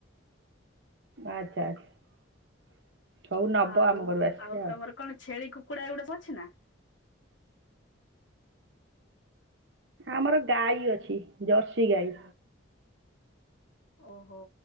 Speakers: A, on the right; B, on the left.
A: ଆଚ୍ଛା ଆଚ୍ଛା ହଉ ନବ
B: ଆଉ
A: ଆମ ଘରୁ ଆସିଲେ ଆଉ।
B: କଣ ଛେଳି କୁକୁଡା ଏଗୁଡା ସ ଅଛି ନା।
A: ଆମର ଗାଈ ଅଛି ଜର୍ସି ଗାଈ।
B: ଓହୋ